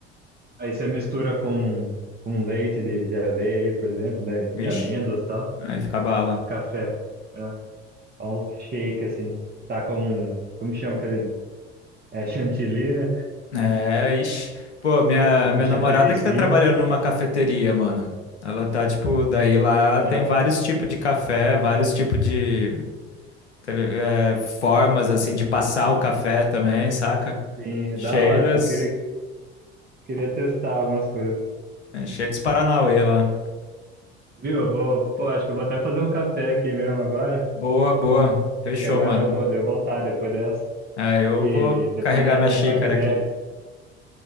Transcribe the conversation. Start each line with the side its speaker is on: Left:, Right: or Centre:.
Right: Aí você mistura com, com leite de, de aveia aí, por exemplo, de,
Left: Vixe,
Right: de amêndoas e tal.
Left: aí fica bala.
Right: Café. É. Faz Um shake assim. Tá com, um, como chama aquele? É chantilly, né?
Left: É, ixi. Pô, minha,
Right: Tá com
Left: minha
Right: chantilly
Left: namorada
Right: em
Left: que
Right: cima.
Left: tá trabalhando numa cafeteria, mano. Ela tá, tipo, daí lá
Right: É.
Left: tem vários tipos de café, vários tipos de tele- é, formas, assim, de passar o café também, saca?
Right: Sim,
Left: Cheio
Right: da hora,
Left: das,
Right: pô. Eu queria, queria testar algumas coisas.
Left: é, cheio dos Paranauê lá.
Right: Viu? Eu vou, pô, acho que eu vou até fazer um café aqui mesmo agora.
Left: Boa, boa. Fechou,
Right: Que agora,
Left: mano.
Right: pô, deu vontade depois dessa.
Left: É, eu
Right: E
Left: vou
Right: depois
Left: carregar
Right: nós,
Left: minha
Right: nós
Left: xícara
Right: troca ideia.
Left: aqui.